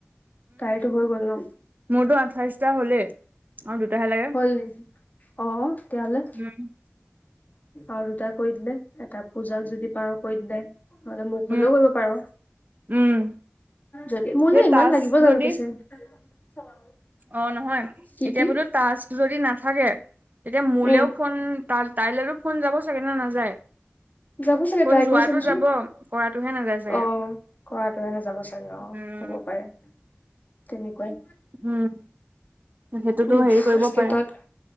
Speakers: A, on the left; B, on the right.
A: তাইৰটো হৈ গ'ল ন।
B: মোৰটো আঠাইশটা হ'লেই, আৰু দুটাহে লাগে।
A: হ'ল অ' তেতিয়াহলে?
B: উম।
A: আৰু দুটা কৰি দিলে, এটা পূজাক যদি পাৰ কৰি দিলে। নহ'লে মোক
B: উম
A: হ'লেও কৰিব পাৰ।
B: উম
A: যদি
B: এতিয়া
A: মোলে ইমান
B: টাস্ক
A: লাগিব জানো
B: যদি
A: পিছে? <unintelligible>
B: অ' নহয়,
A: কি
B: এতিয়া
A: কি
B: বোলো টাস্ক যদি নাথাকে, তেতিয়া মোলেও
A: উম
B: ফোন তাল-তাইলেটো ফোন যাব চাগে, নে নাযায়?
A: যাব চাগে,
B: ফোন
A: ট্ৰাই
B: যোৱাটো
A: কৰি চাবিচোন।
B: যাব কৰাটোহে নাযায় চাগে
A: অ' কৰাটোহে নেযাব অ'
B: উম।
A: হ'ব পাৰে।
B: <inaudible>
A: তেনেকুৱাই।
B: হুম। সেইটোতো
A: মোক
B: হেৰি কৰিব
A: বাস্কেটত
B: পাৰে।